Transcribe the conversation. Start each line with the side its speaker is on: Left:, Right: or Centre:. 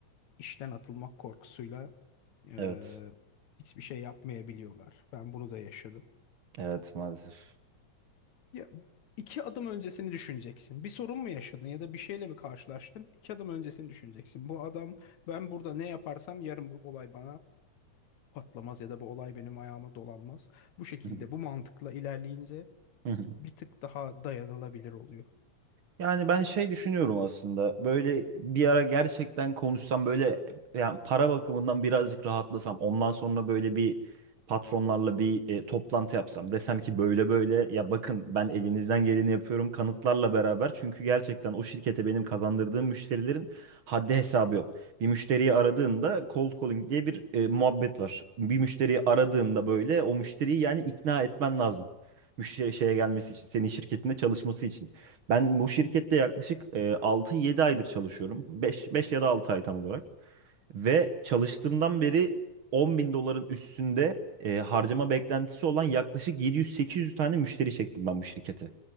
Left: işten atılmak korkusuyla e,
Right: Evet.
Left: hiçbir şey yapmayabiliyorlar. Ben bunu da yaşadım.
Right: Evet maalesef.
Left: Ya, iki adım öncesini düşüneceksin. Bir sorun mu yaşadın ya da bir şeyle mi karşılaştın? İki adım öncesini düşüneceksin. Bu adam ben burada ne yaparsam yarın bu olay bana patlamaz ya da bu olay benim ayağıma dolanmaz. Bu şekilde
Right: Hı hı
Left: bu mantıkla ilerleyince
Right: hı hı.
Left: bir tık daha dayanılabilir oluyor.
Right: Yani ben şey düşünüyorum aslında. Böyle bir ara gerçekten konuşsam böyle yani para bakımından birazcık rahatlasam. Ondan sonra böyle bir patronlarla bir e, toplantı yapsam. Desem ki böyle böyle ya bakın ben elinizden geleni yapıyorum kanıtlarla beraber. Çünkü gerçekten o şirkete benim kazandırdığım müşterilerin haddi hesabı yok. Bir müşteriyi aradığında cold calling diye bir e, muhabbet var. Bir müşteriyi aradığında böyle o müşteriyi yani ikna etmen lazım. Müşteri şeye gelmesi için, senin şirketinde çalışması için. Ben bu şirkette yaklaşık e, 6-7 aydır çalışıyorum. beş beş ya da 6 ay tam olarak. Ve çalıştığımdan beri 10 bin doların üstünde e, harcama beklentisi olan yaklaşık 700-800 tane müşteri çektim ben bu şirkete.